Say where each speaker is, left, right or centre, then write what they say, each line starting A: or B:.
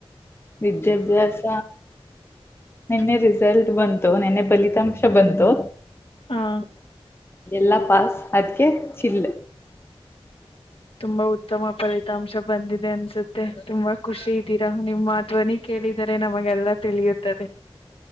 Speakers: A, on the left (about 25°); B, on the left (about 65°).
A: ವಿಿದ್ಯಾಭ್ಯಾಸ ನಿನ್ನೆ ರಿಸಲ್ಟ್ ಬಂತು ನಿನ್ನೆ ಫಲಿತಾಂಶ ಬಂತು
B: ಹಾ
A: ಎಲ್ಲಾ ಪಾಸ್ ಅದಕ್ಕೆ ಚಿಲ್ಲ
B: ತುಂಬಾ ಉತ್ತಮ ಫಲಿತಾಂಶ ಬಂದಿದೆ ಅನ್ಸುತ್ತೆ ತುಂಬಾ ಖುಷಿ ಇದ್ದೀರಾ ನಿಮ್ಮ ಧ್ವನಿ ಕೇಳಿ ನಮಗೆಲ್ಲ ತಿಳಿಯುತ್ತದೆ